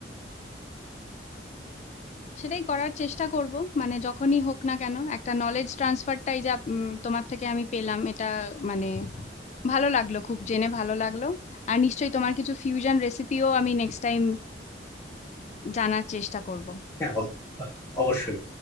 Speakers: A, on the left; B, on the left.
A: সেটাই করার চেষ্টা করব মানে যখনই হোক না কেন একটা নলেজ ট্রান্সফারটাই যা উম, তোমার থেকে আমি পেলাম এটা মানে ভালো লাগলো খুব জেনে ভালো লাগলো আর নিশ্চয়ই তোমার কিছু ফিউশন রেসিপিও আমি নেক্সট টাইম জানার চেষ্টা করব
B: হ্যাঁ অব- অবশ্যই